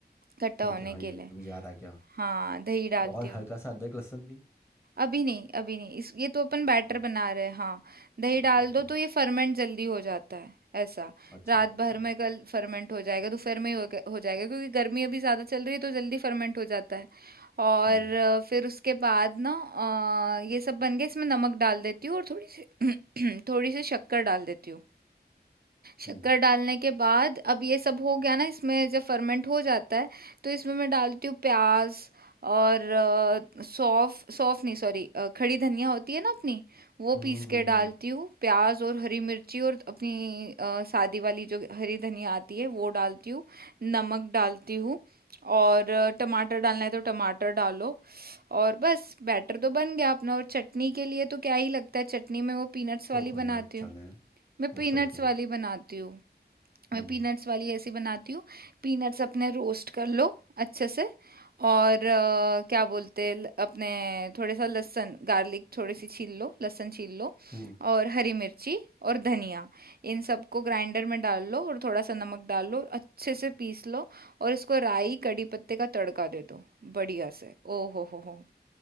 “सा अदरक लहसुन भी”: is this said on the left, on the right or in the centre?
Left